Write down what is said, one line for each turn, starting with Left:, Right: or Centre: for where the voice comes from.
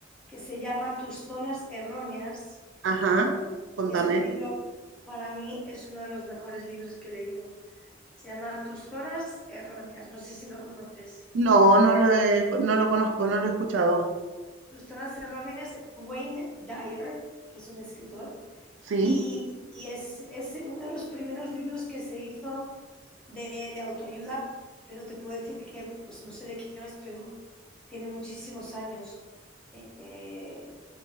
Centre: que se llama Tus zonas erróneas
Right: ajá, contame.
Centre: Este libro para mí es uno de los mejores libros que he leído. Se llama Tus zonas erróneas. No sé si lo conoces.
Right: No, no lo, he- no lo conozco, no lo he escuchado.
Centre: Tus zonas erróneas, Wayne Dyer, que es un escritor.
Right: Sí,
Centre: Y, y es, es uno de los primeros libros que se hizo de, de autoayuda, pero te puedo decir que, pues no sé de qué año es, pero tiene muchísimos años. Eh,